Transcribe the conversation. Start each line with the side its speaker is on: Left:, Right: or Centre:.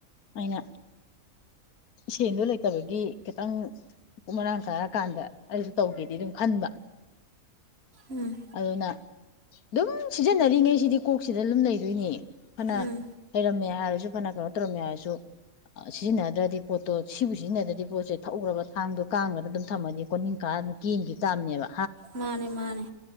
Left: ꯑꯩꯅ ꯁꯦꯟꯗꯣ ꯂꯩꯇꯕꯒꯤ ꯈꯤꯇꯪ ꯀꯛ ꯃꯔꯥꯡ ꯀꯥꯏꯔꯀꯥꯟꯗ ꯑꯩꯁꯨ ꯇꯧꯒꯦꯗꯤ ꯑꯗꯨꯝ ꯈꯟꯕ
Right: ꯎꯝ
Left: ꯑꯗꯨꯅ ꯑꯗꯨꯝ ꯁꯤꯖꯤꯟꯅꯔꯤꯉꯩ ꯁꯤꯗꯤ ꯀꯣꯛꯁꯤꯗ ꯑꯗꯨꯝ ꯂꯩꯗꯣꯏꯅꯦ ꯐꯅ
Right: ꯎꯝ
Left: ꯂꯩꯔꯝꯃꯦ ꯍꯥꯏꯔꯁꯨ ꯀꯅ ꯀꯩꯅꯣ ꯇꯧꯔꯝꯃꯦ ꯍꯥꯏꯔꯁꯨ ꯁꯤꯖꯤꯟꯅꯗ꯭ꯔꯗꯤ ꯄꯣꯠꯇꯣ ꯁꯤꯕꯨ ꯁꯤꯖꯤꯟꯅꯗ꯭ꯔꯗꯤ ꯄꯣꯠꯁꯦ ꯊꯛꯎꯈ꯭ꯔꯕ ꯊꯥꯡꯗꯣ ꯀꯥꯡꯉꯒ ꯑꯗꯨꯝ ꯊꯝꯃꯗꯤ ꯀꯣꯅꯤꯡ ꯀꯥꯔ ꯑꯗꯨꯝ ꯀꯦꯟꯈꯤ ꯆꯥꯝꯅꯦꯕ
Right: ꯃꯥꯅꯦ ꯃꯥꯅꯦ